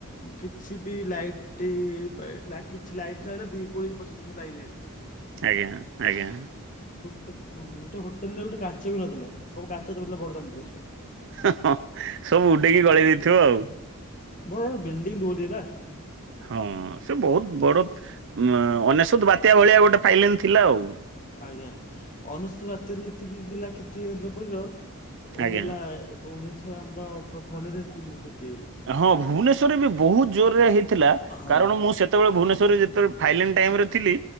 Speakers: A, on the left (about 35°); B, on the right (about 55°).
A: କିଛି ବି ଲାଇଟି <unintelligible> କିଛି ଲାଇଟ୍ ନହଲେ ଦି କୋଡ଼ିଏ ପଚିଶ ଦିନ ରେ ଲାଇନ୍ ଆଇଲା।
B: ଆଜ୍ଞା ଆଜ୍ଞା।
A: ଗୁଟେ ଗୁ ଗୋଟେ ହୋଟେଲ ରେ ଗୋଟେ କାଚ ବି ନଥିଲା ସବୁ କାଚ <unintelligible> ବଡ଼ଦାଣ୍ଡରେ।
B: ହଁ ହଁ ସବୁ ଉଡେଇକି ଗଳେଇ ଦେଇଥିବ ଆଉ।
A: ମୋରୋଟ ବିଲ୍ଡିଙ୍ଗଂ <unintelligible>
B: ହଁ ସେ ବହୁତ ବଡ଼ ଅନେସ୍ୱତ ବାତ୍ୟା ଭଳିଆ ଗୋଟେ ଫାଇଲେନ୍ ଥିଲା ଆଉ।
A: ଆଜ୍ଞା ଅନେଶ୍ୱତ ବାତ୍ୟାରେ ଯେତିକି କ୍ଷତି ହେଇନଥିଲା ପିବ ପଣ
B: ଆଜ୍ଞା
A: ହେଲା। ଭୁବନେଶ୍ୱର ଆମର ଫନିରେ ଏତିକି କ୍ଷତି ହେଇଗଲା।
B: ହଁ ଭୁବନେଶ୍ୱରରେ ବି ବହୁତ ଜୋରରେ ହେଇଥିଲା।
A: ହଁ
B: କାରଣ ମୁଁ ସେ ଯେତେବେଳେ ଭୁବନେଶ୍ୱରରେ ଯେତେବେଳେ ଫାଇଲେନ ଟାଇମରେ ଥିଲି।